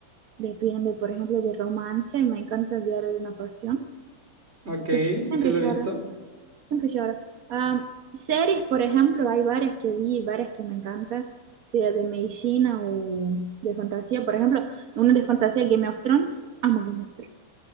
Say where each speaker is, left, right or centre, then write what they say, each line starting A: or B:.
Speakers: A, on the right; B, on the right.
A: Depende, por ejemplo, de romance. Me encanta el Diario de una Pasión.
B: Ok,
A: Siempre, siempre
B: sí la he
A: lloro,
B: visto.
A: siempre lloro. Ah, series, por ejemplo, hay varias que vi, varias que me encantan, sea de medicina o de fantasía. Por ejemplo, una de fantasía, Game of Thrones. Amo Game of Thrones.